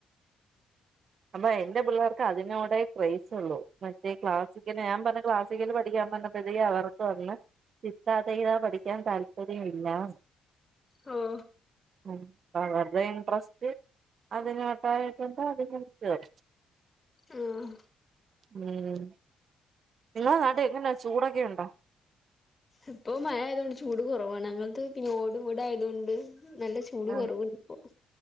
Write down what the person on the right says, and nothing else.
അപ്പൊ എന്റെ പിള്ളേർക്ക് അതിനോടെ ക്രൈസുള്ളു മറ്റേ ക്ലാസിക്കല് ഞാൻ പറഞ്ഞ് ക്ലാസിക്കൽ പഠിക്കാൻ പർഞ്ഞ പ്രതി അവർക്ക് വന്ന് തിത്ത തെയ്ത പഠിക്കാൻ താല്പര്യമില്ലാന്ന്
ഉം അവർടെ ഇൻട്രസ്റ്റ് അതിനോട്ടായിട്ടൊണ്ട് അതിന് ചേർത്ത്
ഉം നിങ്ങള നാട്ടി എങ്ങന ചൂടൊക്കെ ഉണ്ടോ
ആഹ്